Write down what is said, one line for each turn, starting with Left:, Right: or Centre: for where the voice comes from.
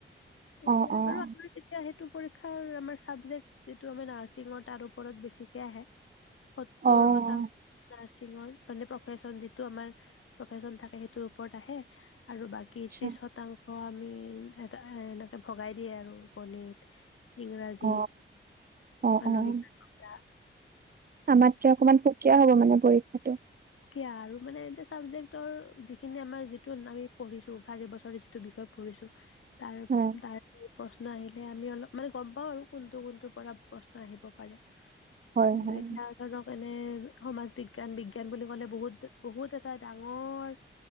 Left: তেতিয়া
Right: অ', অ',
Left: বাৰু আমাৰ তেতিয়া সেইটো পৰীক্ষাৰ আমাৰ চাবজেক্ট যিটো আমাৰ নাৰ্ছিঙৰ তাৰ ওপৰত বেছিকে আহে। সত্তৰ
Right: অ',
Left: শতাংশ, নাৰ্ছ। <unintelligible> তাৰ পিছত যিটো আমাৰ‌‌ প্ৰফেচন থাকে আৰু বাকী
Right: আচ্ছা
Left: ত্ৰিশ শতাংশ অঁ আমি এটা এ এনেকে ভগাই দিয়ে আৰু, গণিত ইংৰাজী,
Right: অ', অ',
Left: মানসিকতা
Right: অ', আমাতকে অকনমান সুকীয়া হ'ব মানে পৰীক্ষাটো।
Left: এতিয়া আৰু মানে এয়া চাবজেক্টৰ যিখিনি আমাৰ যিটো আমি পঢ়িছো চাৰি বছৰ, যিটো বিষয় পঢ়িছো তাৰ, ‌‌
Right: হয়,
Left: তাৰ, প্ৰশ্ন আহিল। আমি অলপ মানে গম পাওঁ আৰু কোনটো কোনটো পৰা প্ৰশ্ন আহিব পাৰে।
Right: হয়,
Left: কিন্তু
Right: হয়,
Left: এতিয়া। সমাজ বিজ্ঞান, বিজ্ঞান বুলি গলে বহুত বহুত এটা ডাঙৰ